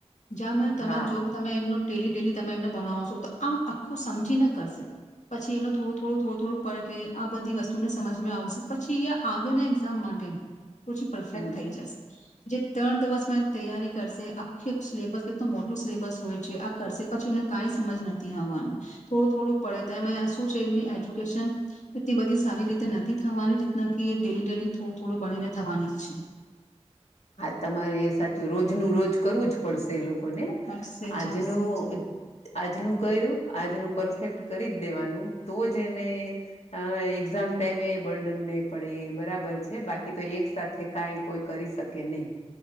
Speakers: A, on the left (about 85°); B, on the left (about 65°).
A: જ્યા મે તમે
B: હા
A: જો તમે એમનું ડેલી ડેલી તમે એમને ભણાવસો છો તો આમ આખું સમજીને કરશે પછી એમને થોડું થોડું થોડું થોડું <unintelligible> આ બધી વસ્તુને સમજમાં આવશે પછી આગે ને એક્ઝામ માટે પછી પરફેક્ટ
B: હમ
A: થઈ જશે. જે ત્રણ દિવસ મે તૈયારી કરશે આખી સિલેબસ કેટલું મોટું સિલેબસ હોય છે આ કરશે પછી એમને કંઈ સમજ નથી આવવાનું થોડું થોડું પડે તો શું છે એમની એજ્યુકેશન એટલી બધી સારી રીતે નથી થવાની જેતના કે ડેલી ડેલી થોડું થોડું ભણીને થવાની છે.
B: હા તમારે એ સાચું રોજ આજનું રોજ કરવું જ પડશે એ લોકો લોકોને
A: કરશે
B: આજનું
A: જા
B: આજનું કર્યું. આજનું પરફેક્ટ કરી જ દેવાનું તો જ એને એક્ઝામ ટાઈમે બર્ડન નહીં પડે એ બરાબર છે બાકી તો એક સાથે કાઈ કોઈ કરી શકે કે નહીં